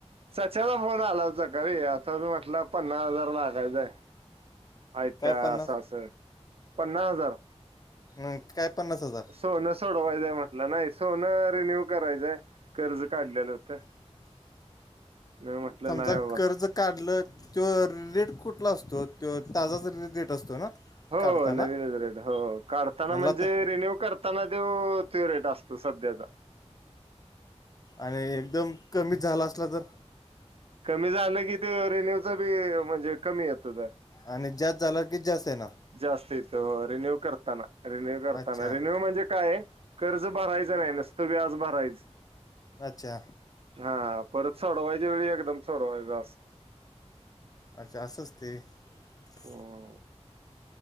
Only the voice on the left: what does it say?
काय
पन्नास
हं, काय पन्नास हजार
<inaudible>
गट
कर्ज काढलं. त्यो रेट कुठला असतो त्यो ताजाच र रेट असतो ना.
काढताना
म्हणला
आता
आणि एकदम कमीचं झाला असला तर.
आणि जास्त झालं की जास्त येणार.
अच्छा
अच्छा.
अच्छा असं असतयं वय.